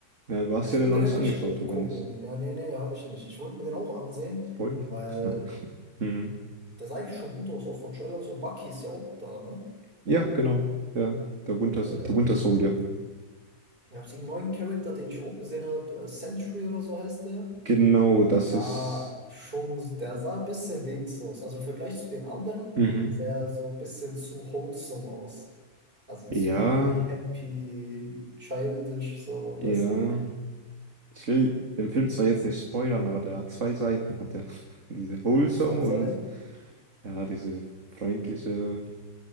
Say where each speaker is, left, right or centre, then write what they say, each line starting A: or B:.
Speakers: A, on the right (about 50°); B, on the right (about 30°).
A: Ja, du hast
B: Ja, ich
A: ja den
B: wollte
A: noch nicht
B: den eigentlich
A: angeschaut,
B: auch
A: oder
B: gucken.
A: nicht?
B: Ja, nee, nee, habe ich nicht. Ich wollte mir den auch ansehen,
A: Spoiler.
B: weil
A: <laughs> Mhm.
B: der sah eigentlich schon gut aus, auch von Trailer und so. Bucky ist ja auch da, ne?
A: Ja, genau. Ja, der Winter,
B: Ja,
A: der
B: ja.
A: Winter Soldier.
B: Ich habe einen neuen Charakter, den ich auch gesehen habe. Äh, Sentry oder so heißt der.
A: Genau, das
B: Der sah
A: ist.
B: schon, der sah ein bisschen links aus. Also im Vergleich zu den anderen
A: mhm
B: sah er so ein bisschen zu wholesome aus. Also
A: Ja,
B: zu happy, childish, so,
A: ja.
B: weißt du.
A: Ich will den Film zwar jetzt nicht spoilern, aber der hat zwei Seiten, hat er. <laughs> Diese wholesome
B: Das soll sein.
A: und ja, diese freundliche,